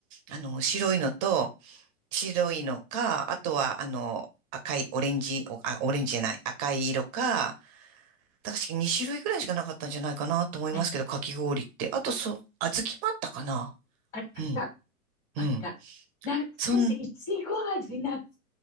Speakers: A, on the right; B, on the left.
A: あの、白いのと、白いのか、あとは、あの、赤い、オレンジ、おあ、オレンジじゃない、赤い色か、確かに2種類ぐらいしかなかったんじゃないかなと思いますけど、
B: あ、
A: かき氷って。あと、そう、小豆もあったかな
B: あったあった。
A: うん、
B: あった。
A: うん。
B: 懐かしい。
A: そん、
B: いちご味、懐かし